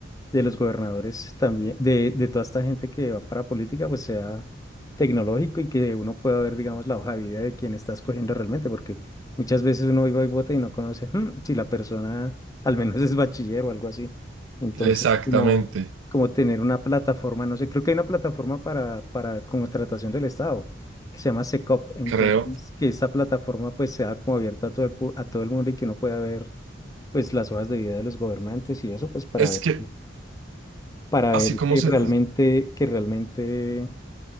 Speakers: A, on the left; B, on the right.
A: de los gobernadores también, de, de toda esta gente que va para política, pues sea tecnológico y que uno pueda ver, digamos, la hoja de vida de quien está escogiendo realmente, porque muchas veces uno iba y vota y no conoce "Hmm, si la persona al menos <laughs> es bachiller o algo así. Entonces,
B: Exactamente,
A: como, como tener una plataforma, no sé, creo que hay una plataforma para, para como contratación del Estado que se llama SECOP, entonces
B: creo.
A: que esta plataforma pues sea como abierta a todo el, pu- a todo el mundo y que uno pueda ver pues las hojas de vida de los gobernantes y eso pues para
B: Es
A: ver
B: que
A: para
B: así
A: ver
B: como
A: que
B: se,
A: realmente que realmente